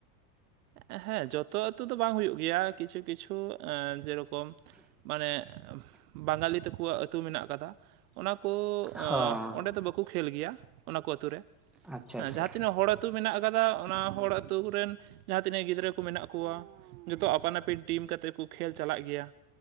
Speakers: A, on the right; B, in the centre.
A: ᱦᱮᱸ ᱡᱚᱛᱚ ᱟᱛᱳ ᱫᱚ ᱵᱟᱝ ᱦᱩᱭᱩᱜ ᱜᱮᱭᱟ ᱠᱤᱪᱷᱩ ᱠᱤᱪᱷᱩ ᱡᱮᱨᱚᱠᱚᱢ ᱢᱟᱱᱮ ᱵᱟᱝᱜᱟᱞᱤ ᱛᱟᱠᱚᱣᱟᱜ ᱟᱹᱛᱩ ᱢᱮᱱᱟᱜ ᱟᱠᱟᱫᱟ᱾ ᱚᱱᱟᱠᱚ
B: ᱦᱚᱸ
A: ᱚᱸᱰᱮ ᱫᱚ ᱵᱟᱠᱚ ᱠᱷᱮᱞ ᱜᱮᱭᱟ ᱚᱱᱟᱠᱚ ᱟᱛᱳ ᱨᱮ
B: ᱟᱪᱪᱷᱟ
A: ᱦᱮᱸ
B: ᱟᱪᱪᱷᱟ
A: ᱡᱟᱦᱟᱸ ᱛᱤᱱᱟᱹᱜ ᱦᱚᱲ ᱟᱹᱛᱩ ᱢᱮᱱᱟᱜ ᱟᱠᱟᱫᱟ ᱚᱱᱟ ᱦᱚᱲ ᱟᱹᱛᱩ ᱠᱚᱨᱮᱱ ᱡᱟᱦᱟᱸ ᱛᱤᱱᱟᱹᱜ ᱜᱤᱫᱽᱨᱟᱹ ᱠᱚ ᱢᱮᱱᱟᱜ ᱠᱚᱣᱟ᱾ ᱡᱚᱛᱚ ᱟᱯᱟᱱ ᱟᱹᱯᱤᱱ ᱴᱤᱢ ᱠᱟᱛᱮᱫ ᱠᱚ ᱠᱷᱮᱞ ᱪᱟᱞᱟᱜ ᱜᱮᱭᱟ᱾